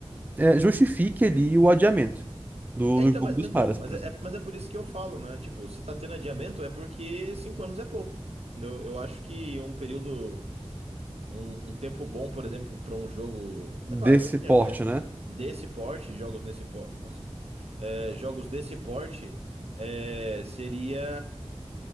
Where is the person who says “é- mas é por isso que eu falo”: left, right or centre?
Right